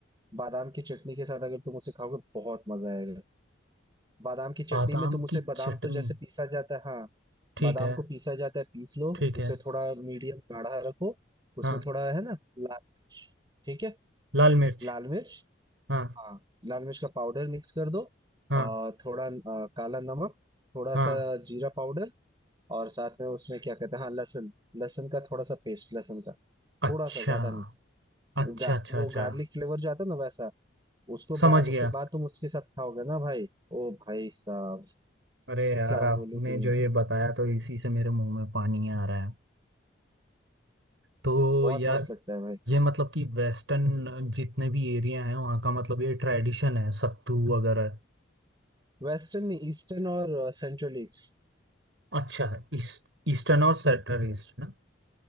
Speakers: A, on the right; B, on the right.
A: बादाम की चटनी के साथ अगर तुम उसे खाओगे बहुत मजा आएगा बादाम की चटनी
B: बादाम
A: में तुम उसे
B: की
A: बादाम
B: चटनी
A: तो जैसे पीसा जाता है हाँ
B: ठीक
A: बादाम
B: है
A: को पीसा जाता है पीस लो
B: ठीक
A: उसे
B: है
A: थोड़ा मीडियम गाढ़ा रखो उसमें
B: हाँ
A: थोड़ा है ना लाल मिर्च ठीक है
B: लाल मिर्च
A: लाल मिर्च
B: हाँ
A: हाँ लाल मिर्च का पाउडर मिक्स कर दो
B: हाँ
A: और थोड़ा अ, काला नमक थोड़ा
B: हाँ
A: सा जीरा पाउडर और साथ में उसमें क्या कहते हैं हाँ लहसुन लहसुन का थोड़ा सा पेस्ट लहसुन का
B: अच्छा
A: थोड़ा सा ज्यादा नहीं
B: अच्छा
A: वो गा,
B: अच्छा
A: वो
B: अच्छा
A: गार्लिक फ्लेवर जो आता है ना वैसा उसको बा,
B: समझ गया
A: उसके बाद तुम उसके साथ खाओगे ना भाई ओ भाई साहब
B: अरे यार
A: क्या
B: आपने
A: बोलूं तुम्हें
B: जो ये बताया तो इसी से मेरे मुंह में पानी आ रहा है तो
A: बहुत
B: यार
A: मस्त लगता है भाई
B: ये मतलब कि वेस्टर्न जितने भी एरिया हैं वहाँ का मतलब ये ट्रेडिशन है सत्तू वगैरह
A: वेस्टर्न नहीं ईस्टर्न और सेंट्रल ईस्ट
B: अच्छा ईस्ट ईस्टर्न और सेंट्रल ईस्ट ना